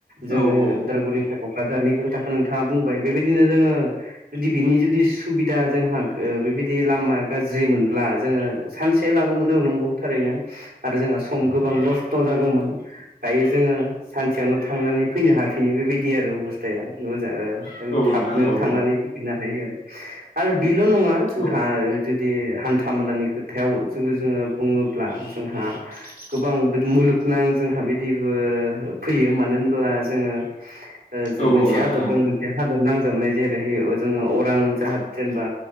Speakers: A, on the right (about 75°); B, on the left (about 50°).
A: जोंङो
B: औ
A: उदालगुरिनिफाय क'क्राझारनि खोथाखौ नोंथाङा बुंबाय बेबायदिनो जोंङो जुदि बिनि जुदि सुबिदा जोंहा ओ बेबायदि लामा गाज्रि मोनब्ला जोंङो सानसे लागौमोन ओ नंगौ थारैनो आरो जोंहा सम गोबां नस्थ' जागौमोन दायो जोंङो सानसेयावनो थांना नैफैनो हाफिनो बेबायदि आरो अबस्थाया मोजां ओ
B: औ
A: थाबनो
B: नोंथां औ
A: थांनानै
B: औ
A: फैफिननो हायो आरो आरो बेल' नङा जोंहा
B: औ
A: दि हान्था मेलानि खोथायाव जोंङो जोंङो बुंङो ब्ला जोंहा गोबां मुलुगनां जोंहा बिदिबो फैयो मानो होनब्ला दा जोङो ओ जो
B: औ
A: मोनसे
B: औ नोंथां
A: आदर
B: औ
A: दं मोनसे हादर नांजाबनाय जेरैहोयो अ जोङो अरां जाहाज जेनेबा